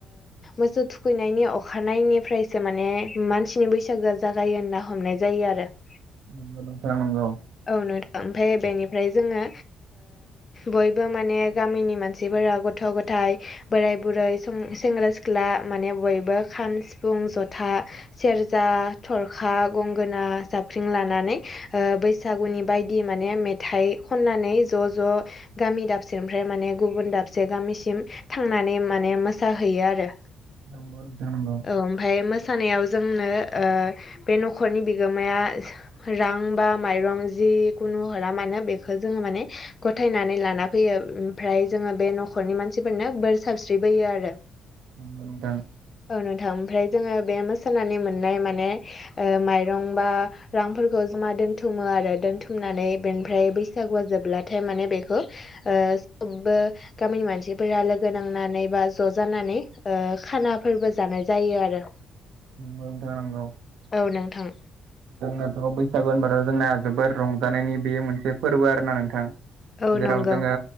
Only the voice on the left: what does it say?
मोसौ थुखैनायनि अखानायनायनिफ्रायसो माने मानसिनि बैसागोआ जागायो होनना हमनाय जायो आरो <inaudible>
औ नोंथां ओमफ्राय बेनिफ्राय जोंङो बयबो माने गामिनि मानसिफोरा गथ' गथ थाय बोराय बुरै सेंग्रा सिख्ला माने बयबो खाम सिफुं जथा सेरजा थरखा गंगोना जाबख्रिं लानानै बैसागुनि बायदि माने मेथाइ खननानै ज' ज' गामि दाबसेनिफ्राय माने गुबुन दाबसे गामिसिम थांनानै माने मोसाहैयो आरो
ओमफ्राय मोसानायाव जोंनो बे न'खरनि बिगोमाया रां बा माइरं जिखुनु हरा मानो बेखौ जोंङो माने गथायनानै लाना फैयो ओमफ्राय जोंङो बे न'खरनि मानसि मानसिफोरना बोर साबस्रिबोयो आरो
औ नोंथां ओमफ्राय जोंङो बे मोसानानै मोननाय माने माइरं बा रांफोरखौ जमा दोनथुमो आरो दोनथुमनानै बेनिफ्राय बैसागुआ जोबब्लाथाय माने बेखौ ओ सबबो गामिनि मानसि बा लोगो नांनानै बा ज' जानानै खानाफोरबो जानाय जायो आरो
औ नोंथां
औ
नंगौ